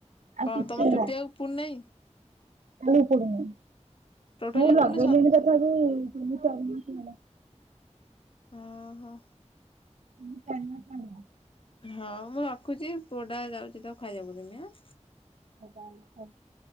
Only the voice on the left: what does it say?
କଣ
ତମ ଚୁଟି
ଆଉ ଉପୁଡୁ ନେଇ?
ଟୋଟାଲି
ଉପୁଡୁନି
ସତ
ଅ ହ।
ହଁ ମୁଁ ରଖୁଚି ପୁଅ ଟା ଯାଉଚି ତାକୁ ଖାଇବାକୁ ଦେମି ଆଁ।